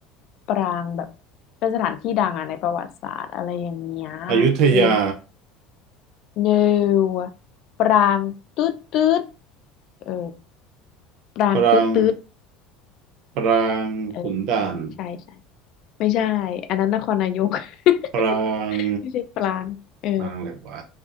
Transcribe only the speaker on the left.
ปรางแบบเป็นสถานที่ดังอะในประวัติศาสตร์อะไรอย่างเงี้ย
เออ no ปรางตืดตืดเออปรางตืดตืด
เออใช่ใช่ไม่ใช่อันนั้นนครนายก <laughs>
ไม่ใช่ปรางเออ